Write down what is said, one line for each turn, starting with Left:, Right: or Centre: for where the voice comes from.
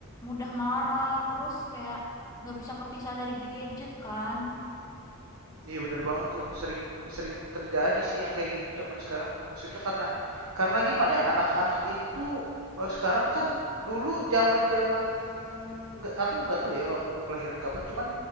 Left: mudah marah terus kayak nggak bisa kepisah dari gadget kan.
Right: Iya bener banget tuh, sering sering terjadi sih yang kayak gitu zaman sekarang. Maksudnya karena karena gimana ya, anak-anak itu eh, sekarang kan dulu zaman-zaman nggak- aku nggak tahu ya kamu kelahiran kapan, cuman